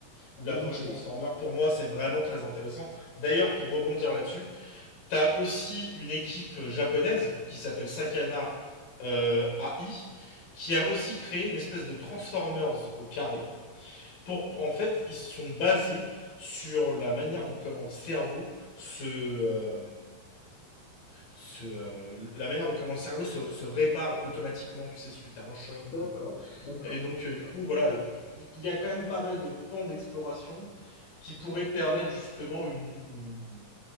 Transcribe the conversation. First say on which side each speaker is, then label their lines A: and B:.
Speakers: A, on the left; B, on the left.
A: ou l'approche
B: Ok.
A: transformer. Pour moi, c'est vraiment très intéressant. D'ailleurs, pour rebondir là-dessus, t'as aussi une équipe japonaise qui s'appelle Sakana euh, AI qui a aussi créé une espèce de Transformers au carré pour, en fait, ils sont basés sur la manière dont comment le cerveau se, euh, se euh, la manière dont comment le cerveau se, se répare automatiquement, tu sais, suite à un choc
B: D'accord,
A: ou. euh.
B: d'accord,
A: Et donc,
B: d'accord.
A: euh, du coup, voilà, il- il y, a quand même pas mal de pans d'exploration qui pourraient permettre justement une, une-